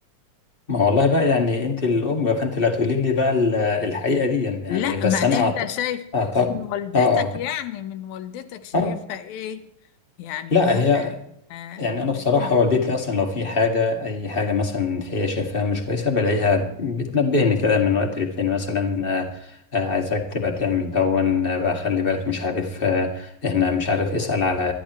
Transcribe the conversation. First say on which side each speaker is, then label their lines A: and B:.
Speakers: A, on the left; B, on the left.
A: ما والله بقى يعني انت الام بقى، فانت اللي هتقولي لي بقى ال- الحقيقه دي يعني
B: لا
A: بس
B: ما انت
A: انا أعت-
B: شايف
A: اعتقد
B: من والدتك
A: اه اه
B: يعني من والدتك شايفها
A: اه
B: ايه يعني
A: لا
B: ممكن
A: هي
B: آه،
A: يعني انا بصراحه
B: بتيجي
A: والدتي اصلا لو في حاجه اي حاجه مثلا هي شايفاها مش كويسه بلاقيها بتنبهني كده من وقت للتاني مثلا آه آه، عايزاك تبقى تعمل دون آه، بقى خلي بالك مش عارف آه احنا مش عارف اسال على